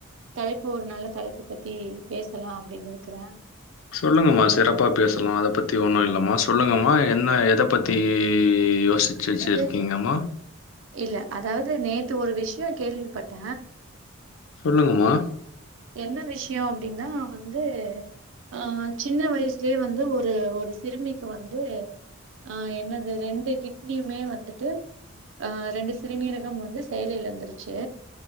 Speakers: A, on the right; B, on the left.
A: தலைப்பு ஒரு நல்ல தலைப்பு பத்தி பேசலா அப்டின் இருக்குற
B: சொல்லுங்கம்மா சிறப்பா பேசலா அத பத்தி ஒன்னு இல்லம்மா சொல்லுங்கம்மா என்ன எத பத்தி யோசிச்சு
A: அதாவ்து
B: வச்சிருக்கீங்கம்மா
A: இல்ல அதாவ்து நேத் து ஒரு விஷ்யோ கேள்விப்பட்ட
B: சொல்லுங்கம்மா
A: என்ன விஷ்யோ அப்டின்னா வந்து அ சின்ன வயசுலே வந்து ஒரு ஒரு சிறுமிக்கு வந்து ஆ என்னது ரெண்டு கிட் னியுமே வந்துட்டு அ ரெண்டு சிறுநீரகம் வந்து செயலிழந்துருச்சு